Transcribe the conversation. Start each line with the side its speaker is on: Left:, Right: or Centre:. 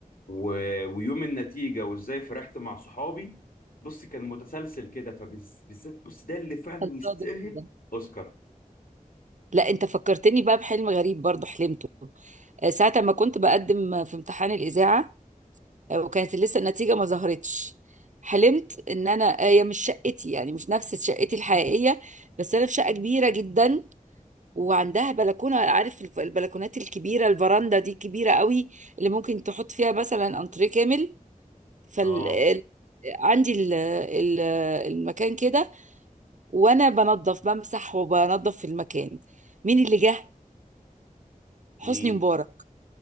Left: و... ويوم النتيجه وازاي فرحت مع صحابي بصي كان متسلسل كده فبالذات بص ده اللي فعلا
Right: الله
Left: يستاهل
Right: ده جميل ده.
Left: اوسكار
Right: لا انت فكرتني بقى بحلم غريب برضو حلمته آه، ساعة ما كنت بقدم في امتحان الإذاعة آه، وكانت لسه النتيجة ما ظهرتش حلمت ان انا آه، هي مش شقتي يعني مش نفس شقتي الحقيقية بس انا في شقة كبيرة جدا وعندها بلكونة عارف الف- البلكونات الكبيرة الفراندا دي كبيرة قوي اللي ممكن تحط فيها مثلا انتريه كامل فال
Left: اه
Right: ال- عندي ال- ال- المكان كده وانا بنظف بمسح وبنظف في المكان مين اللي جه حسني
Left: مين
Right: مبارك